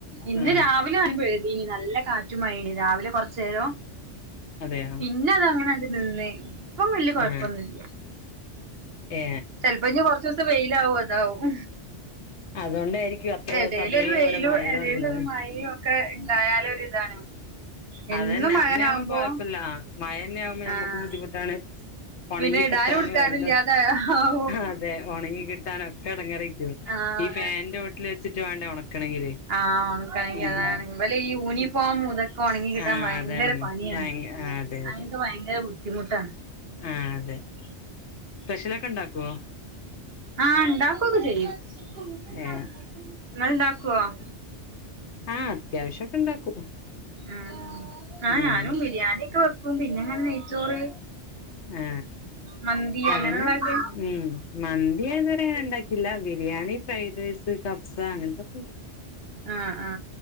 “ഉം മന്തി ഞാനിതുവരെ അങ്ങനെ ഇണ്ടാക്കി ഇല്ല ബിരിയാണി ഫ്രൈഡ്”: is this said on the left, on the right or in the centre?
Left